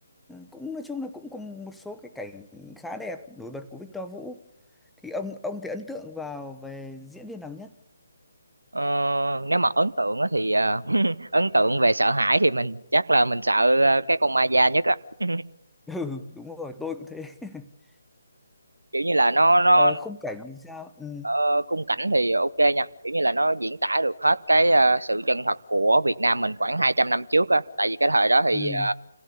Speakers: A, in the centre; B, on the right (about 80°).
A: cũng nói chung là cũng có một số cái cảnh khá đẹp nổi bật của Victor Vũ thì ông ông thì ấn tượng vào về diễn viên nào nhất
B: ờ, nếu mà ấn tượng á thì ờ, <laughs> ấn tượng về sợ hãi thì mình chắc là mình sợ ờ, cái con ma da nhất á <laughs>
A: <laughs> ừ đúng rồi tôi cũng thế <laughs>
B: kiểu như là nó nó
A: Ờ, khung cảnh thì sao ừ
B: Ờ, khung cảnh thì ok nha kiểu như là nó diễn tả được hết cái ờ, sự chân thật của Việt Nam mình khoảng 200 năm trước á tại vì cái thời đó thì
A: ừ
B: ờ,